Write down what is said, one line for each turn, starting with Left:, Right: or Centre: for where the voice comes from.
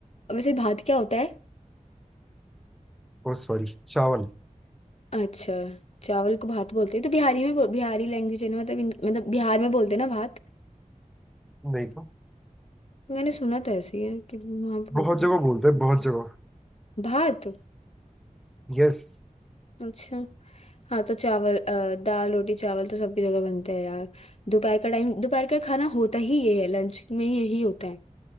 Left: वैसे भात क्या होता है
Centre: और सॉरी चावल
Left: अच्छा चावल को भात बोलते हैं तो बिहारी में बो- बिहारी लैंग्वेज है ना मतलब इन- मतलब बिहार में बोलते हैं ना भात
Centre: नहीं तो
Left: मैंने सुना तो ऐसे ही है कि वहाँ बोलते
Centre: बहुत जगह
Left: हैं
Centre: बोलते हैं बहुत जगह
Left: भात
Centre: यस
Left: अच्छा हाँ तो चावल अ, दाल रोटी चावल तो सबकी जगह बनते हैं यार दोपहर का टाइम दोपहर का खाना होता ही ये है लंच में यही होता है